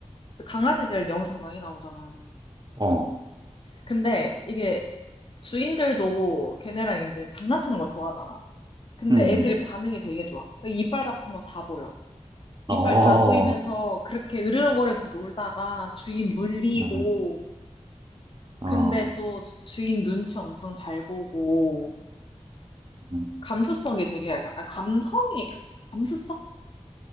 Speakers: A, on the left; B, on the right.
A: 강아지들 영상 많이 나오잖아.
B: 어.
A: 근데 이게 주인들도 걔네랑 이제 장난치는 걸 좋아하잖아. 근데
B: 음, 음.
A: 애들이 반응이 되게 좋아. 이빨 같은 거 다 보여. 이빨
B: 어,
A: 다 보이면서 그렇게 으르렁거리면서 놀다가 주인 물리고,
B: 음, 어,
A: 근데 또 주- 주인 눈치 엄청 잘 보고,
B: 음,
A: 감수성이 되게, 약간- 아, 감성이, 감수성?